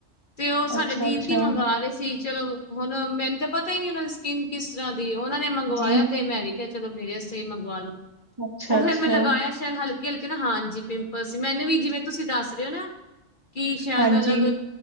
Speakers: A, on the left; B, on the right.
A: ਤੇ ਉਹ ਸਾਡੇ,
B: ਅੱਛਾ
A: ਦੀਦੀ
B: ਅੱਛਾ
A: ਮੰਗਵਾ ਰਹੇ ਸੀ। ਚਲੋ ਹੁਣ ਮੈਨੂੰ ਤਾਂ ਪਤਾ। ਪਤਾ ਹੀ ਨੀ ਉਹਨਾਂ ਦੀ ਸਕਿਨ ਕਿਸ ਤਰਾਂ, ਦੀ ਏ। ਉਹਨਾਂ ਨੇ ਮੰਗਵਾਇਆ,
B: ਜੀ
A: ਤੇ ਮੈਂ ਵੀ, ਕਿਹਾ ਚਲੋ ਮੇਰੇ ਆਸਤੇ ਵੀ, ਮੰਗਵਾ ਲੋ।
B: ਅੱਛਾ
A: ਉਹ ਫੇਰ
B: ਅੱਛਾ
A: ਮੈਂ, ਲਗਾਇਆ ਸ਼ਾਇਦ, ਹਲਕੇ- ਹਲਕੇ, ਨਾ ਹਾਂਜੀ। ਪਿੰਪਲ ਸੀ। ਮੈਨੂੰ ਵੀ ਜਿਵੇਂ, ਤੁਸੀਂ ਦੱਸ ਰਹੇ ਹੋ ਨਾ। ਕਿ ਸ਼ਾਇਦ
B: ਹਾਂਜੀ
A: ਅਲੱਗ।